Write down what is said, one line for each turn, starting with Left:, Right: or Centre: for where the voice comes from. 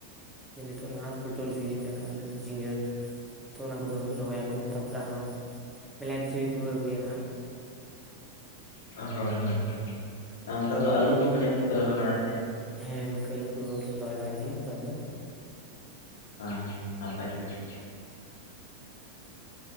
Centre: ᱡᱮ ᱱᱤᱛᱚᱜ ᱱᱟᱦᱟᱜ ᱯᱚᱴᱚᱞ ᱥᱤᱡᱤᱱ ᱠᱟᱱᱟ, ᱟᱹᱞᱩ ᱡᱷᱤᱸᱜᱟᱹ, ᱛᱚ, ᱚᱱᱟ ᱠᱚᱫᱚ ᱨᱚᱦᱚᱭᱟᱠᱚ ᱛᱟᱯᱚᱨᱮ ᱟᱨᱦᱚᱸ ᱢᱮᱞᱟ ᱠᱤᱪᱷᱩ ᱜᱮᱠᱚ ᱟᱹᱜᱩᱭᱟ ᱱᱟᱦᱟᱜ᱾
Left: ᱦᱳᱭ ᱦᱳᱭ ᱦᱳᱭ ᱟᱨ ᱚᱝᱠᱟ ᱫᱚ ᱟᱹᱞᱩ ᱠᱚᱦᱚᱸ ᱡᱟᱹᱱᱤᱡ ᱯᱮ ᱨᱚᱦᱚᱭ ᱵᱟᱲᱟᱭ ᱜᱮᱭᱟ᱾
Centre: ᱦᱮᱸ ᱜᱚᱝᱠᱮ ᱟᱹᱞᱩ ᱠᱚᱞᱮ ᱨᱚᱦᱚᱭ ᱵᱟᱲᱟᱭ ᱜᱮᱭᱟ ᱨᱚᱦᱚᱭ ᱫᱚ᱾
Left: ᱦᱟᱸ, ᱱᱟᱯᱟᱭ ᱠᱟᱛᱷᱟ ᱜᱮ᱾